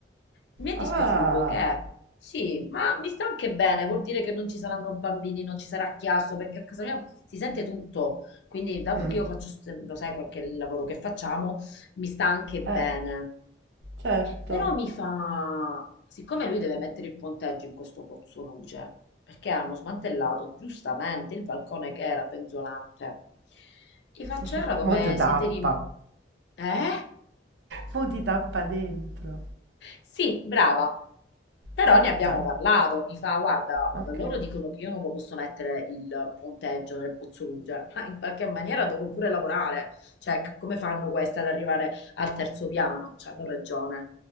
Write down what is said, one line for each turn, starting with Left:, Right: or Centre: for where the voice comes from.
Left: Mi è dispiaciuto
Right: Ah,
Left: che, sì, ma mi sta anche bene, vuol dire che non ci saranno bambini, non ci sarà chiasso, perché a casa mia si sente tutto. Quindi, dato
Right: Mm,
Left: che io faccio, st- lo sai, qualche lavoro che facciamo, mi sta anche bene.
Right: eh, certo.
Left: Però mi fa, siccome lui deve mettere il ponteggio in questo pozzoluce, perché hanno smantellato giustamente il balcone che era penzolante, gli faccio
Right: <laughs>
Left: "Ora come
Right: mo ti
Left: siete
Right: tappa,
Left: rim... Eh?
Right: mo ti tappa dentro.
Left: Sì, brava. Però
Right: Eh,
Left: ne abbiamo
Right: già.
Left: parlato. Mi fa, guarda,
Right: Ok.
Left: loro
Right: Eh,
Left: dicono che io non lo posso mettere il ponteggio nel Pozzoluce, <laughs> ma in qualche maniera dovrò pure lavorare. Cioè, c- come fanno queste ad arrivare al terzo piano? Cioè, hanno ragione.